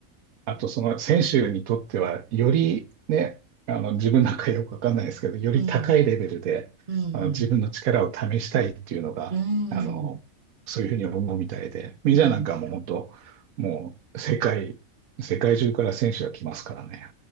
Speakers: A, on the right (about 80°); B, on the right (about 40°).
A: あと、その選手にとっては、よりね、あの自分なんかよくわかんないですけど、より高いレベルであの自分の力を試したいっていうのが、
B: うん、うん、うん、
A: あの、そういうふうに思うみたいで、メジャーなんかも本当、
B: うん。
A: もう世界、世界中から選手が来ますからね。